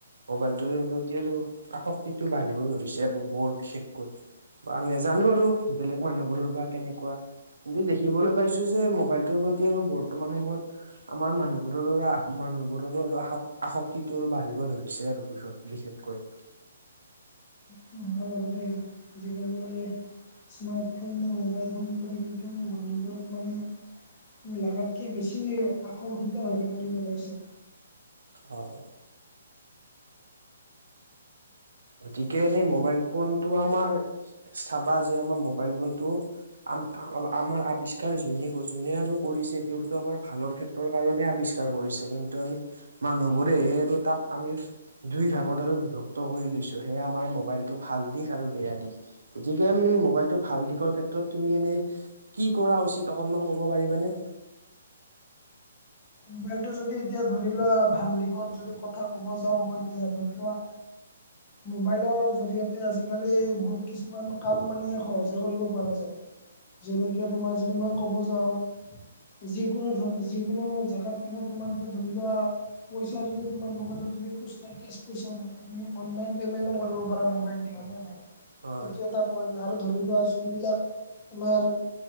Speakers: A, on the right (about 70°); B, on the left (about 30°).
A: মোবাইলটো প্ৰতি আৰু আসক্তিটো বাঢ়িব ধৰিছে আৰু বৰ বিশেষকৈ বা নোজানো আৰু বেলেগ মানুহবোৰৰ বা কেনেকুৱা কিন্তু দেখিবলৈ পাইছো যে মোবাইলটোৰ প্ৰতি আৰু বৰ্তমান সময়ত আমাৰ মানুহবোৰৰো মানুহবোৰৰো আ আসক্তিটো বাঢ়িব ধৰিছে আৰু বিশেষকৈ
B: <unintelligible> আজিকালি স্মাৰ্টফোন বা মবাইল ফোনবোৰৰ মানুহবোৰক মানে লগাতকে বেছি আকৰ্ষিত হেৰি কৰি পেলাইছে
A: হয় গতিকে এনেই মোবাইল ফোনটো আমাৰ চাবা যে আমাৰ মোবাইল ফোনটো আমাৰ আৱিষ্কাৰ যোনে যোনে আৰু কৰিছে তেওঁটো আমাৰ ভালৰ ক্ষেত্ৰ কাৰণে আৱিষ্কাৰ কৰিছে কিন্তু আমি মানুহবোৰেহে আৰু তাক আমি দুই ভাগত আৰু বিভক্ত কৰি লৈছো সেয়া আমাৰ মোবাইলটো ভাল দিশ আৰু বেয়া দিশ গতিকে আমি মোবাইলটো ভাল দিশৰ ক্ষেত্ৰত তুমি এনেই কি কৰা উচিত অকণমান ক'ব পাৰিবানে
B: মোবাইলটো যদি এতিয়া ধৰি লোৱা ভাল দিশত যদি কথা ক'ব যাওঁ মই এতিয়া ধৰি লোৱা
A: <inaudible>
B: মোবাইলৰ জৰিয়তে আজিকালি বহুত কিছুমান কাম মানে সহজে কৰিব পৰা যায় যেনেকে তোমাৰ যদি মই ক'ব যাওঁ যিকোনো ধ যিকোনো জেগাত কাৰণ তোমাৰ এতিয়া ধৰি লোৱা। পইচা যদি তোমাৰ পকেটত যদি খুচুৰা কেচ পইচাও নাই তুমি অনলাইন পেমেণ্টো কৰিব পাৰা মোবাইলদি হয় না। এইটো
A: হয়
B: এটা পইন্ট আৰু ধৰি লোৱা যিবিলাক তোমাৰ।